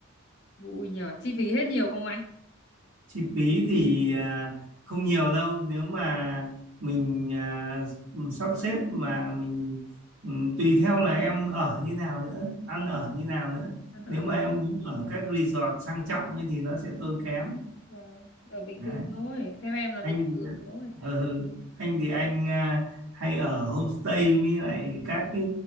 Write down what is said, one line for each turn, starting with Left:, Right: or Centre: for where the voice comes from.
Left: vui nhờ chi phí hết nhiều không anh
Right: chi phí thì à, không nhiều đâu nếu mà mình à, sắp xếp mà mình ừ, tùy theo là em ở như nào nữa ăn ở như nào nữa
Left: ăn ở
Right: nếu mà em muốn ở các resort sang trọng ấy thì nó sẽ tốn kém
Left: Ờ, ở bình
Right: Đấy.
Left: thường thôi theo em là
Right: anh
Left: bình
Right: thì,
Left: thường thôi
Right: ờ, ừ, anh thì anh à, hay ở homestay với lại các cái,